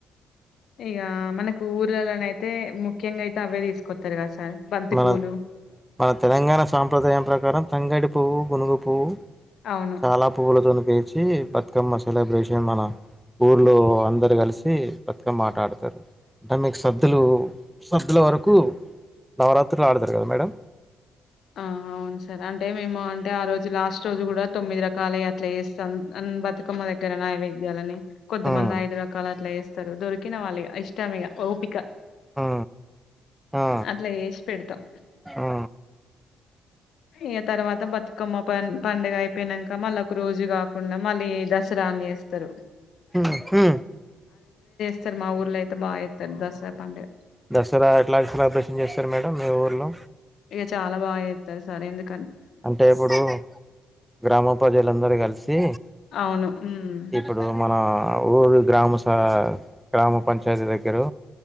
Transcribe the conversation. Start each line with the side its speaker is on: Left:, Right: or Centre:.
Left: ఇక మనకు ఊర్లలోనయితే ముఖ్యంగా అయితే అవే తీసుకొస్తారు కదా సార్ బంతి
Centre: మన
Left: పూలు
Centre: మన తెలంగాణ సాంప్రదాయం ప్రకారం తంగడి పువ్వు గునుగు పువ్వు
Left: అవును
Centre: చాలా పువ్వులతో పేర్చి బతుకమ్మ సెలబ్రేషన్ మన ఊర్లో అందరు కలిసి బతుకమ్మ ఆట ఆడుతారు మరి మీకు సద్దులు సద్దుల వరకు నవరాత్రులో ఆడతరు కదా మేడం
Left: ఆ అవును సార్ అంటే మేము అంటే ఆ రోజు లాస్ట్ రోజు కూడా తొమ్మిది రకాల ఎట్లా చేస్తాం బతుకమ్మ దగ్గర నైవేద్యాలని కొంతమంది
Centre: ఉమ్.
Left: ఐదు రకాల అట్లా చేస్త దొరికిన వాళ్లు ఇగ ఇష్టం ఇగ ఊప
Centre: ఆ ఆ
Left: అట్లా చేసి పెడతాం.
Centre: ఆ
Left: ఇక తర్వాత బతుకమ్మ పండుగ అయిపోయినాక మళ్ళ ఒక రోజు కాకుండా మళ్ళీ దసరా అని చేస్తారు
Centre: ఉ
Left: సార్ మా ఊర్లో అయితే బాగా ఇస్తారు దసరా పంండగ
Centre: దసరా ఎట్లాగ సెలబ్రేషన్ చేస్తారు మేడం మీ ఊర్లో
Left: ఇగ చాలా బాగా చేస్తారు సార్ ఎందుకు
Centre: అంటే ఇప్పుడు గ్రామ ప్రజలందరూ కలిసి
Left: అవును. హ్మ్.
Centre: ఇప్పుడు మన ఊరు గ్రామ స గ్రామ పంచాతీ దగ్గరు